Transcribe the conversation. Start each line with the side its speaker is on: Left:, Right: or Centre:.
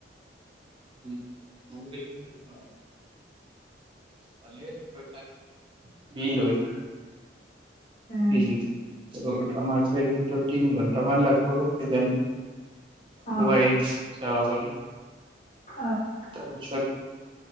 Right: উম। <inaudible> <unintelligible> বি লৈ
Left: উম,
Right: বিল আ আমাৰ এক্সৰিমেনটো তিন ঘণ্টামান লাগব। চিকেন,
Left: অ',
Right: ওৱে চা, অ বাকী
Left: অ',
Right: তাৰপিছত